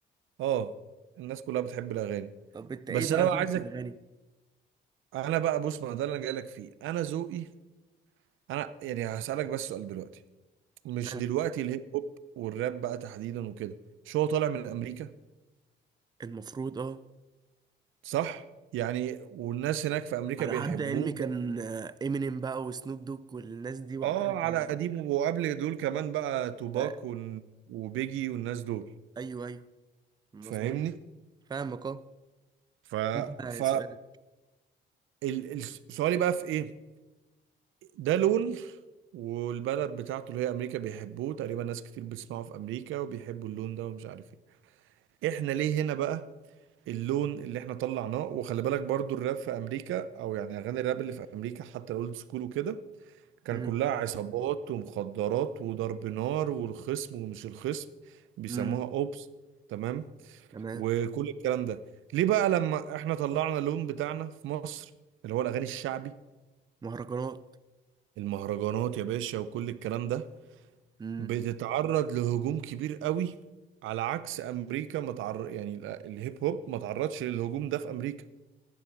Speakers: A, on the right (about 80°); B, on the right (about 20°).
A: اه الناس كلها بتحب الاغاني
B: طب انت ايه
A: بس
B: بقى
A: انا
B: ذوقك
A: بقى عايزك
B: في الاغاني
A: انا بقى بص ما ده اللي انا جاي لك فيه انا ذوقي انا يعني هسالك بس سؤال دلوقتي مش
B: أنا
A: دلوقتي الهيب هوب والراب بقى تحديدا وكده شو هو طالع من امريكا
B: المفروض اه
A: صح يعني والناس هناك في امريكا
B: على
A: بيحبوه
B: حد علمي كان امينيم بقى وسنوب دوج والناس دي وقتها
A: اه على
B: كان
A: قديم وقبل دول كمان بقى توباك
B: بقى
A: ون- وبيجي والناس دول
B: ايوه ايوه مظبوط
A: فاهمني
B: فاهمك اه
A: ف
B: ايه بقى
A: ف
B: سؤالك
A: ال- ال- سؤالي بقى في ايه ده لون والبلد بتاعته اللي هي امريكا بيحبوه تقريبا ناس كتير بتسمعه في امريكا وبيحبوا اللون ده ومش عارف ايه احنا ليه هنا بقى اللون اللي احنا طلعناه وخلي بالك برضو الراب في امريكا او يعني اغاني الراب اللي في امريكا حتى الاولد سكول وكده كان
B: امم
A: كلها عصابات ومخدرات وضرب نار والخصم ومش الخصم بيسموها
B: امم
A: اوبس تمام
B: تمام
A: وكل الكلام ده ليه بقى لما احنا طلعنا اللون بتاعنا في مصر اللي هو الاغاني الشعبي
B: مهرجانات
A: المهرجانات يا باشا وكل الكلام ده
B: امم
A: بتتعرض لهجوم كبير قوي على عكس امريكا ما تعر... يعني ال- الهيب هوب ما تعرضش للهجوم ده في امريكا